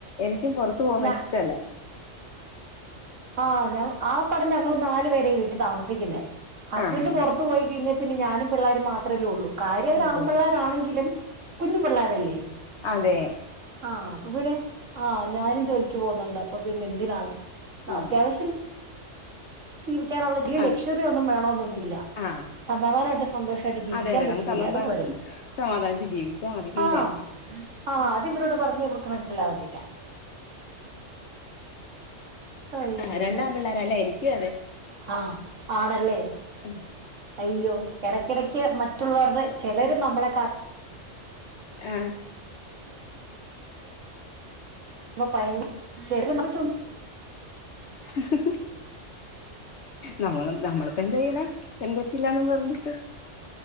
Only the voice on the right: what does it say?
ഞാൻ
ആഹ് ഞാ ആകപ്പാടെ ഞങ്ങള് നാലുപേര ഈ വീട്ടി താമസിക്കുന്നേ ഹസ്ബന്റെ
പൊറത്തു പോയി കഴിഞ്ഞാ പിന്നെ ഞാനും പിള്ളേരും മാത്രല്ലേ ഉള്ളൂ കാര്യം അവരാമ്പിള്ളേരാണെങ്കിലും
കുഞ്ഞു പിള്ളാരല്ലേ
ആഹ് അപ്പ പിന്നെ ആഹ് ഞാനും ജോലിക്ക് പോകുന്നുണ്ട് അപ്പ പിന്നെ എന്തിനാ
അത്യാവശ്യം ജീവിക്കാനുള്ള ഇല്ല്യ
ലക്ഷ്റി ഒന്നും വേണന്നൊന്നുല്ല
സമാധാനായിട്ട് സന്തോഷായിട്ട് ജീവിക്കാൻ
പറ്റുന്നില്ലേ
അതുപോരേ
ആഹ് ആഹ് അത് ഇവരോട് പറഞ്ഞാ ഇവർക്ക് മനസ്സിലാവത്തില്ല അയ്യോ
ആഹ് ആണല്ലേ
അയ്യോ എടയ്ക്കെടയ്ക്ക് മറ്റുള്ളവരുടെ ചിലരു നമ്മളെ കാ
<unintelligible>